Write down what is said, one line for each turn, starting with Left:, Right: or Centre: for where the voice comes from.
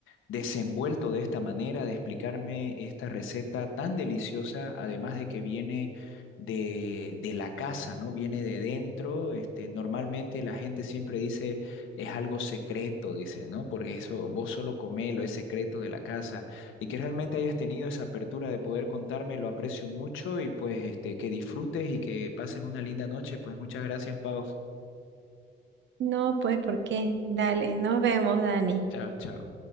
Left: desenvuelto de esta manera, de explicarme esta receta tan deliciosa, además de que viene de, de la casa, ¿no? Viene de dentro, este, normalmente la gente siempre dice es algo secreto, dice, ¿no? Porque eso vos solo comelo, es secreto de la casa, y que realmente hayas tenido esa apertura de poder contarme, lo aprecio mucho y pues este, que disfrutes y que pases una linda noche, pues muchas gracias, Pau.
Right: No, pues, ¿por qué? Dale, nos vemos, Dani.
Left: Chao, chao.